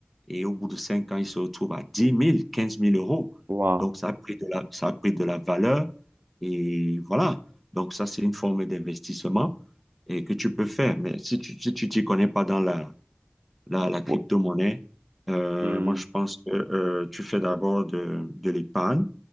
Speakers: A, in the centre; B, on the right.
A: et au bout de cinq ans, il se retrouve à dix mille quinze mille euros.
B: Waouh.
A: Donc, ça a pris de la, ça a pris de la valeur et voilà. Donc, ça, c'est une forme d'investissement et que tu peux faire. Mais si tu, si tu t'y connais pas dans la, la, la crypto-monnaie.
B: Ou-
A: Euh,
B: hmm.
A: moi, je pense que euh, tu fais d'abord de, de l'épargne